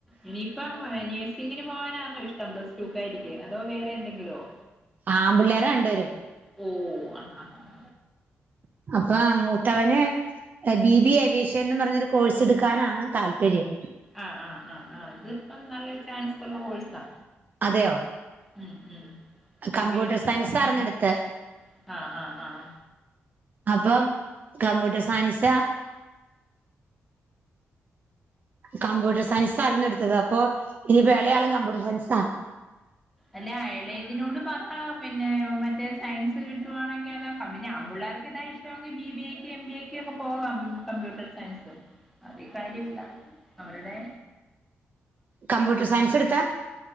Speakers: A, in the centre; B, on the right.
A: ഇനിയിപ്പം നേഴ്സിങ്ങിന് പോകാനാന്നോ ഇഷ്ടം പ്ലസ് ടുക്കാരിക്ക്, അതോ വേറെ എന്തെങ്കിലും?
B: ആമ്പിള്ളേരാ രണ്ട് പേരും.
A: ഉം <unintelligible>
B: അപ്പ മൂത്തവന് ബി ബി ഏവിയേഷ്യൻ ന്ന് പറഞ്ഞൊരു കോഴ്സ് എടുക്കാനാണ് താല്പര്യം.
A: ആഹ് ആഹ് ആഹ് ആഹ്, അത്പ്പം നല്ല ചാൻസ്ള്ള കോഴ്സാ.
B: അതെയോ?
A: മ് മ്
B: കമ്പ്യൂട്ടർ
A: ഏവിയേഷൻ
B: സയൻസ്
A: പ്പം
B: ആർന്നു
A: മ് മ്
B: എടുത്തെ
A: ആഹ് ആഹ് ആഹ്.
B: അപ്പം കമ്പ്യൂട്ടർ സയൻസാ കമ്പ്യൂട്ടർ സയൻസായിരുന്നു ഇട്ത്തത്. അപ്പോ ഇനിപ്പോ എളെയാളും കമ്പ്യൂട്ടർ സയൻസാ.
A: എല്ലാ എളേതിനോട് പപ്പാ പിന്നേ മറ്റേ സയൻസ് കിട്ടുവാണെങ്കി അതാ, ആ പിന്നെ ആമ്പിള്ളാർക്ക് ഇതാ ഇഷ് ട്ടോങ്കി ബി ബി എ ക്ക് എം ബി ഏ ക്ക് ഒക്കെ പോകാം കമ്പ്യൂട്ടർ സയൻസ് അതീ കാര്യമില്ല, അവരുടേ
B: കമ്പ്യൂട്ടർ സയൻസ്ട്ത്താ